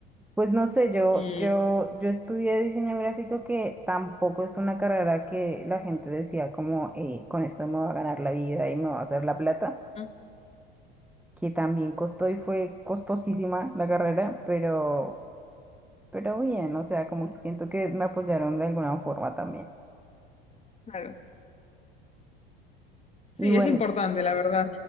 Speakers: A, in the centre; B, on the left.
A: Pues no sé, yo,
B: y
A: yo, yo estudié diseño gráfico que tampoco es una carrera que la gente decía como, "Eh, con esto me va a ganar la vida y me va a hacer la plata.
B: mm,
A: que también costó y fue costosísima la carrera, pero, pero bien, o sea, como que siento que me apoyaron de alguna forma también.
B: claro, sí,
A: Y bueno,
B: es importante, la verdad.